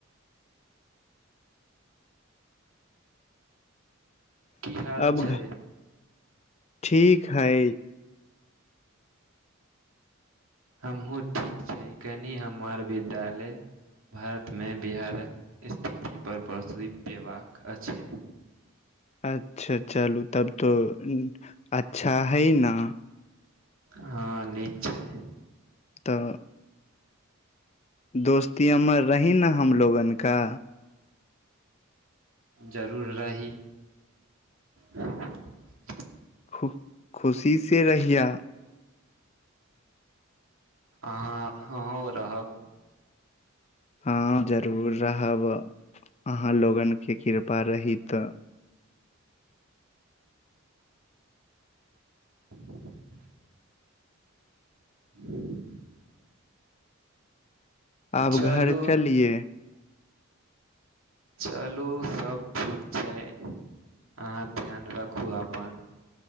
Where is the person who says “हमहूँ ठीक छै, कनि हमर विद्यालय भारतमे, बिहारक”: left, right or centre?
Right